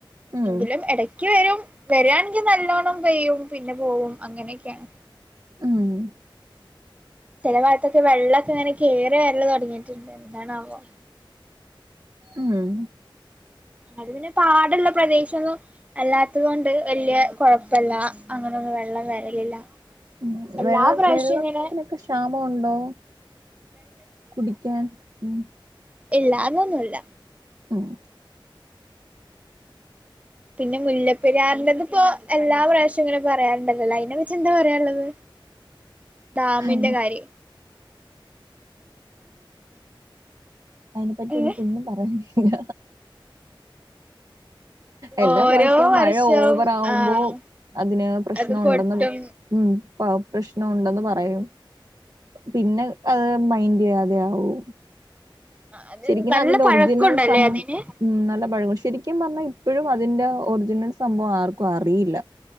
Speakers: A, on the right; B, on the right.
A: ഉം
B: എങ്കിലും ഇടക്ക് വരും. വരിയാണെക്കി നല്ലോണ്ണം പെയ്യും. പിന്നെ പോകും അങ്ങനെയൊക്കെയാണ്.
A: മ്മ്.
B: ചില ഭാഗത്തൊക്കെ വെള്ളമൊക്കെ ഇങ്ങനെ കയറി വരല് തുടങ്ങിട്ടുണ്ട് എന്താണാവോ?
A: ഉം.
B: അത് പിന്നെ പാടുള്ള പ്രദേശം ഒന്നും അല്ലാത്തത് കൊണ്ട് വല്യ കൊഴപ്പില്ല അങ്ങനൊന്നും വെള്ളം വരലില്ല.
A: ഉം
B: എല്ലാ
A: വെള്ള
B: പ്രാവശ്യം
A: വെള്ളത്തിനോക്കെ
B: ഇങ്ങനെ
A: ക്ഷാമം ഉണ്ടോ കുടിക്കാൻ ഉം.
B: ഇല്ല അതൊന്നുമില്ല.
A: മ്മ്
B: പിന്നെ മുല്ലപ്പെരിയാറിന്റെ ഇപ്പോ എല്ലാം പ്രാവിശ്യം പിന്നെ പറയാറുണ്ടല്ലോ അതിനെ പറ്റി എന്താ പറയാനുള്ളത്. ഡാമിന്റെ
A: ഹേ.
B: കാര്യേ.
A: അതിനെ പറ്റി
B: ഏഹ്
A: എനിക്കൊന്നും പറയാനില്ല എല്ലാ
B: ഓരോ
A: പ്രാവശ്യവും
B: വർഷവും
A: മഴ ഓവറ്ആകുമ്പോ
B: ആഹ്
A: അതിന് പ്രശ്നം
B: അത് പൊട്ടും
A: ഉണ്ടെന്ന് ഉം പ്രശ്നം ഉണ്ടെന്ന് പറയും പിന്നെ. അത് മൈൻഡ് ചെയ്യാതെ ആകും.
B: അത്
A: ശരിക്ക്
B: നല്ല
A: അതിന്റെ
B: പഴക്കണ്ടല്ലേ
A: ഒറിജിനൽ സം
B: അതിന്
A: ഉം നല്ല പഴ. <unintelligible> ശരിക്കും പറഞ്ഞാൽ ഇപ്പോഴും അതിന്റെ ഒറിജിനൽ സംഭവം ആർക്കും അറിയില്ല.